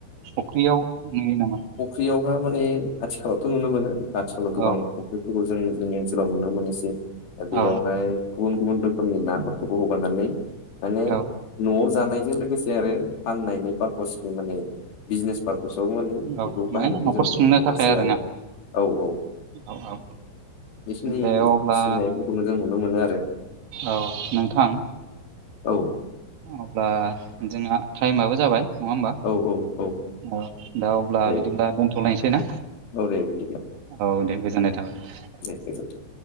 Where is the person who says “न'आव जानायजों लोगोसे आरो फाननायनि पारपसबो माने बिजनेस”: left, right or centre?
Left